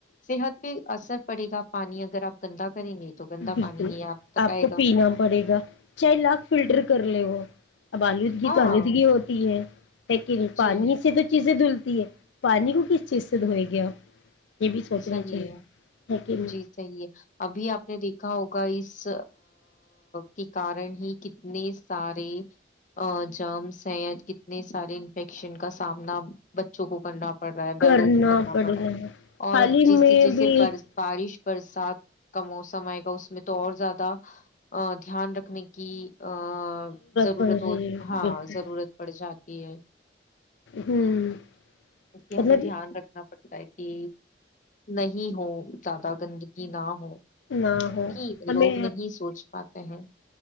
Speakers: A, on the left (about 45°); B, on the left (about 85°).
A: صحت بھی اثر پڑے گا پانی اگر آپ گندا کریں گے تو گندا
B: بالکل
A: پانی ہی تک
B: آپ
A: آئے
B: کو
A: گا
B: پینا پڑے گا چار لاکھ فلٹر
A: ہوں،
B: کر لے وہ اب آلودگی
A: ہاں
B: تو آلودگی ہوتی ہے لیکن پانی
A: جی
B: سے تو چیزیں دھل ہے پانی کو کس شت ہو
A: جی،
B: گیا یہ بھی سوچنا
A: صحیح
B: چاہیے
A: ہے جی صحیح ہے ابھی آپ نے ہوگا اس کےارن ہی کتنے سارے جرمس ہیں یا کتنے سارے انفیکشن کا سامنا بچوں کو کرنا پڑ رہا ہے
B: کرنا
A: بڑو کو
B: پڑ
A: پڑا
B: رہا ہے
A: اور
B: حال
A: اب
B: ہی
A: جیس
B: میں
A: جیسے
B: بھی
A: برف
B: ایک
A: بغ بارش برسات کا موسم آئے گا اس میں تو اور زیادہ دھیان رکھنے کی ا ضرورت
B: پڑ رہی
A: ہو
B: ہے
A: ہاں
B: بالکل
A: ضرورت پڑ ج ج ہے
B: ہوں
A: اس کی
B: مطلب
A: ہمیں دھیان رکھنا پتا ہے کہ نہیں ہو زیادہ گندگی نہ ہو
B: نہ ہو
A: نہیں
B: ہمیں
A: لوگ نہیں سوچ پاتے ہیں